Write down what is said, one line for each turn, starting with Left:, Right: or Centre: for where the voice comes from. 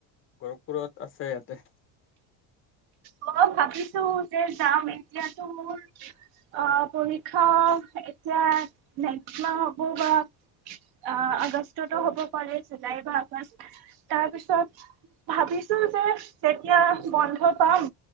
Left: কৰক পুৰত আছে ইয়াতে
Right: মই ভাবিছো যে যাম এতিয়াতো মোৰ আহ পৰীক্ষা এতিয়া নেক্স মাহ হ'ব বা অ', আগষ্টতো হ'ব পাৰে, জুলাই বা আগষ্ট তাৰপিছত ভাবিছো যে তেতিয়া বন্ধত কম।